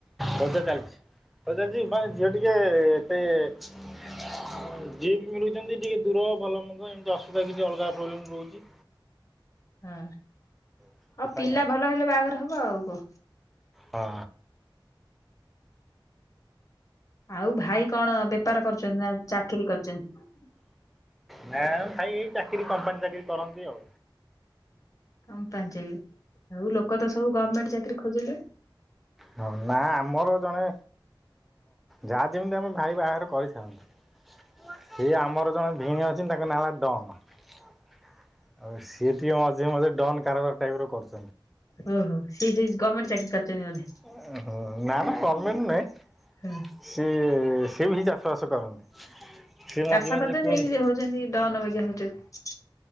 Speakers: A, in the centre; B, on the left.
A: ବଧେ ଚାଲିଛି? ଝିଅ ଟିକେ ଏତେ <unintelligible> ବି ମିଳୁଛନ୍ତି ଟିକେ ଦୂର ଭଲ ମନ୍ଦ ଏମିତି ଅସୁବିଧା କିଛି ଅଲଗା ପ୍ରୋବ୍ଲେମ ରହୁଛି
B: ହଁ
A: ସେଥିପାଇଁ
B: ହଉ ପିଲା
A: ଆଉ
B: ଭଲ ହେଲେ ବାହାଘର ହବ ଆଉ ହ
A: ହଁ
B: ଆଉ ଭାଇ କଣ ବେପାର କରୁଛନ୍ତି ନା ଚାକିରିୀ କରୁଛନ୍ତି?
A: ହଁ ଭାଇ ଏଇ ଚାକିରି କମ୍ପାନୀ ଚାକିରିୀ କରନ୍ତି ଆଉ
B: କମ୍ପାନୀ ଚାକରି? ଆଉ ଲୋକ ତ ସବୁ ଗଭର୍ଣମେଣ୍ଟ ଚାକିରରି ଖୋଜିଲେନି
A: ହଁ ନା ଆମର ଜଣେ ଯାହା ଯେମିତି ଆମେ ଭାଇ ବାହାଘର କରିଥାନ୍ତୁ ସିଏ ଆମର ଜଣେ ଭିଣ ଅ ଚିନ୍ତା କର ନ ଲା ଡନ ସେ ଟିକେ ମଝିରେ ମଝି ଡନ୍ କାରବାର ଟାଇ୍ରବାର କଷ୍ଟ
B: ହୁହୁଁ ସେ ସେଇ ଗମେଣ୍ଟ ଚାକିରି କରିଛନ୍ତି ବୋଧେ
A: ଓ ଓହ୍ ନା ନା ଗମେଟେ ନହିଁ
B: ହଁ
A: ସେ ସିଏ ବି ଏହି ଚାଷବାସ କରନ୍ତି ସିଏ ମଝି
B: ଚାଷ
A: ମଝିରେ
B: କରୁଛନ୍ତି
A: କୁହନ୍ତି
B: ଏମିତି ହଉଛନ୍ତି ଡନ ବାଗିଆ ହଉଛନ୍ତି